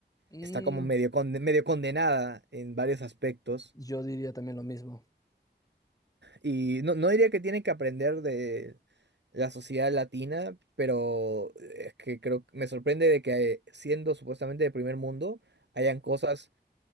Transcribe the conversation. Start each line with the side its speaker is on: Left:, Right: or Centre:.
Left: Mm,
Right: está como medio, conde- medio condenada en varios aspectos.
Left: yo diría también lo mismo.
Right: Y no, no diría que tienen que aprender de la sociedad latina, pero es que creo que me sorprende de que siendo supuestamente de primer mundo, hayan cosas,